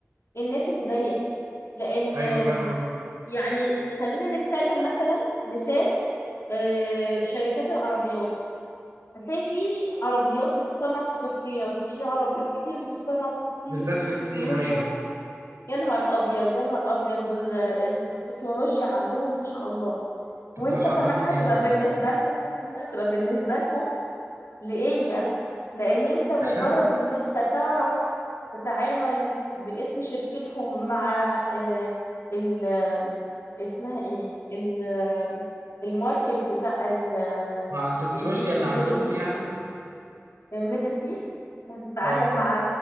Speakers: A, on the left; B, on the right.
A: الناس اللي زيك لان
B: أيوه
A: آم،
B: فاهم قصدي
A: يعني خلينا نتكلم مثلا مثال آه، شركات العربيات هتلاقي في ش- عربيات بتتصنع في تركيا وفي عربيات كتير بتتصنع في الصين
B: بالذات
A: الصين
B: في الصين
A: تكنولوجيا
B: أيوه
A: يا نهار ابيض يا نهار ابيض دول آه، التكنولوجيا عندهم ما شاء الله وانت
B: التكنولوجيا
A: كمان
B: عندهم
A: هتبقى
B: رهيبة رهيبة
A: بالنسبة لهم انت هتبقى بالنسبة لهم لإيه لأن أنت مجرد
B: <laughs>
A: إن أنت تعرف تتعامل باسم شركتهم مع آه، ال آه، اسمها إيه ال- آه، الماركت بتاع ال- آه،
B: مع التكنولوجيا
A: الميد-
B: اللي
A: الميدل
B: عندهم
A: إيست
B: يعني
A: الميدل إيست هتتعامل
B: اه
A: مع